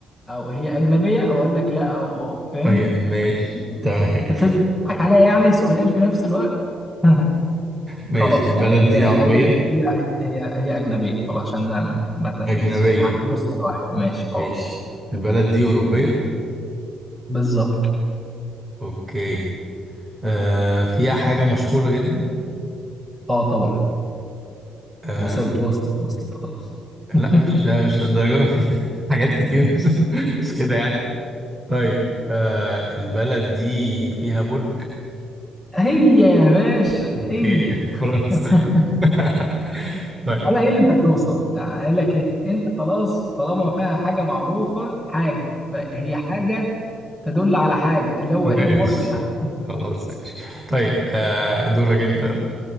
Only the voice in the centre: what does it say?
او هي اجنبية اقول لك لا او اه فاهم
انت بتضحك عليا يعني سؤالين في نفس الوقت <laughs>
خلاص
يعني هي
هي هي هي هي أجنبية خلاص عشان ما ما مش
هعتبره سؤال واحد ماشي اه
بالظبط
اه طبعا
وصلت وصلت وصلت خلاص <laughs>
هي يا باشا
هي
<laughs>
على ايه اللي انت هتوصل قال لك ايه انت خلاص طالما فيها حاجه معروفه حاجه فهي حاجه تدل على حاجه اللي هو
ايه برج يعني